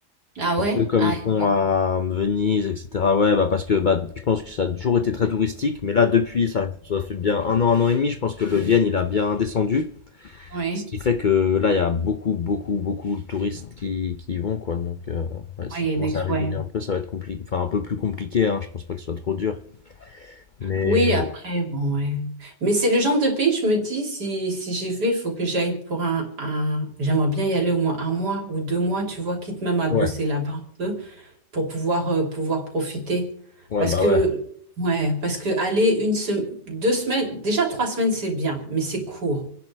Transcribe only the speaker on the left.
Un peu comme
ils font
à Venise, etc. Ouais, bah parce que bah, je pense que ça a toujours été très touristique, mais là, depuis, ça, ça fait bien un an, un an et demi, je pense que le yen, il a bien descendu.
Ce qui fait que là, il y a beaucoup, beaucoup, beaucoup de touristes qui, qui y vont, quoi. Donc, euh, ouais, s'ils
commencent
à réguler
un peu, ça va être compliqué. Enfin, un peu plus compliqué, hein. Je pense pas que ce soit trop dur. Mais
ouais,
ouais,
bah
ouais.